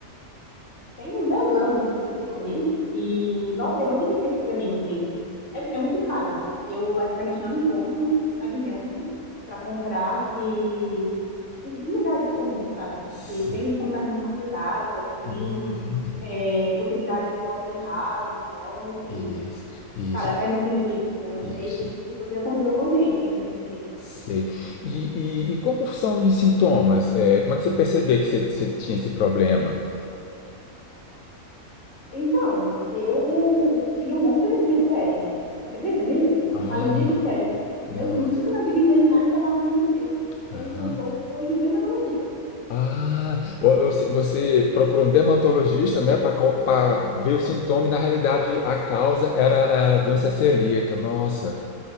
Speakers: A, on the left; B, on the left.
A: tem uns 10 anos que eu descobri e, nossa, é muito difícil para mim, assim. É, é muito caro. Eu basicamente não encontro alimento para comprar que em lugares comuns, sabe? Porque
B: Sei.
A: tem contaminação cruzada, tem
B: Hum,
A: é, possibilidade de rótulo errado, então, assim,
B: isso, isso,
A: cara, é muito difícil, assim, eu não
B: isso.
A: sei se você já conviveu com alguém que tem doença celíaca nessa
B: Sei.
A: vida.
B: E, e, e como são os sintomas? É, como é que você percebeu que você, você tinha esse problema?
A: Então, eu tinha um monte de alergia de pele. Acredita nisso?
B: Ah,
A: Alergia de pele.
B: nossa.
A: E eu nunca na vida ia imaginar que era algo alimentício. Quem
B: Aham.
A: me contou foi um dermatologista.
B: Ah, o- o- se- você procurou um dermatologista, né, para ver o sintoma e na realidade a causa era a doença celíaca. Nossa,